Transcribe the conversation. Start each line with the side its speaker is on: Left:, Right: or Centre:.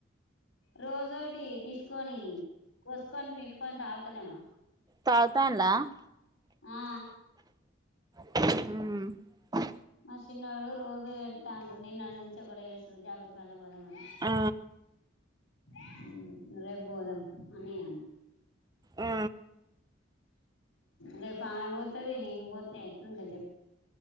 Left: రోజోటి తీసుకొని కోసుకొని, పిండుకొని తాగు. తెలవా
Right: తాగుతందా
Left: ఆ
Right: హ <inaudible>
Left: మా చె ఇక్కడ ఉన్న పదానికి పైన వాయిస్ టైపింగ్ కు పోలిక లేకుండా ఉంది. చిన్నోడు
Right: ఆ
Left: మా చిన్నోడు రోజు ఏర్తాండు నిన్నటి నుంచి ఒకటే ఏడుసుడు జాబుర్పల్లిపోదామని. రే బోదం అనేగాన్న
Right: ఆ
Left: రేపు ఆమె పోతుది నేమి పోతే ఎట్లుంట చెప్పు